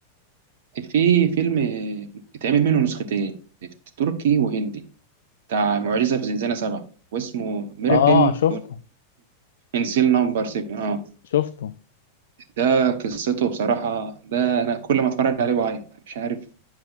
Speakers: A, on the right; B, on the left.
A: في فيلم آه، اتعمل منه نسختين تركي وهندي بتاع معجزه في زنزانه سبعه واسمه ميراكل
B: اه شفته
A: انسيل نمبر 7 اه
B: شفته
A: ده قصته بصراحه ده انا كل ما اتفرج عليه بعيط مش عارف